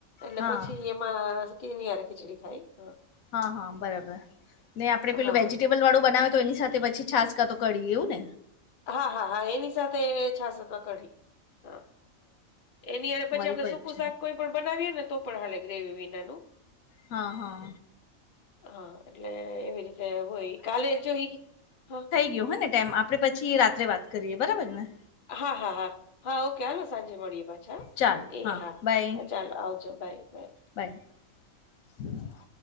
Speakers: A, on the left; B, on the left.
A: એટલે
B: હા
A: પછી- મા કેની હારે ખિચડી ખાઈહ-
B: હ હ બરાબર ને આપડે પેલું
A: હા
B: વેજીિટેબ ટેબલ વાળું બનાવે તો એની સાથે પછી છાશ કા તો કડી એવું ને?
A: હા હા હા એની સાથે છાસ અથવા કઢી. હા. એની હારે
B: મારી
A: પછી આપડે
B: પર-
A: સૂકું શાક કોઈ પણ બનાવીએ ને તો પણ હાલે ગ્રેવી વિનાનું.
B: હા હા
A: હા એટલે એવી રીતે- હોય કાલેજો ઈ હ-
B: યો હ ને ટાઈમ આપડે પછી રાત્રે વાત કરીએ બરાબર ને-
A: હા હા હા હા ઓકે હાલ સાંજે મળીએ પાછા-
B: ચાલો
A: એ હા
B: બાય
A: ચાલો આવજો બાય બાય-
B: બાય <inaudible>